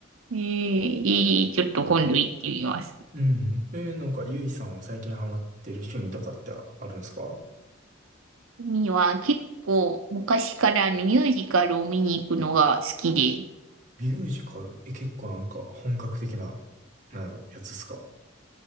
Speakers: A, on the right; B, on the right.
A: えーちょっと今度行ってみます。
B: うん。えー、なんか、ゆいさんは最近ハマってる趣味とかってあるんですか
A: 海は結構昔からあのミュージカルを見に行くのが好きで、
B: ミュージカルえ、結構なんか本格的な、なんやろ、やつっすか